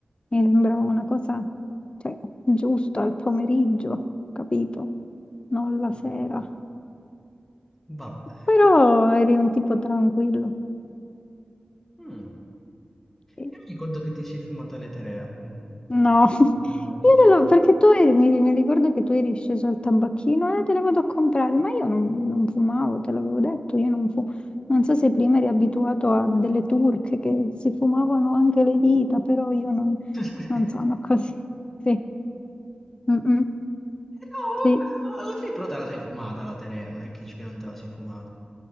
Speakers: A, on the left (about 35°); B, in the centre.
A: mi sembrava una cosa, cioè, giusta al pomeriggio, capito? Non la
B: Mm.
A: sera.
B: Vabbè.
A: Però eri un tipo tranquillo.
B: Mm.
A: Sì.
B: Io ricordo che ti sei fumata l'eterea. Mm.
A: No, <laughs> io
B: Che sono 10.
A: te lo, perché tu eri- mi, mi ricordo che tu eri sceso al tabacchino e te le vado a comprare, ma io non, non fumavo, te l'avevo detto, io non fumo. Non so se prima eri abituato a delle turche che si fumavano anche le dita, però io non,
B: <laughs>
A: non sono <laughs> così. Sì. Mm, mm.
B: No,
A: Sì.
B: vabbè, ma alla fine però te la sei fumata la Terea, non è che dici che non te la sei fumata.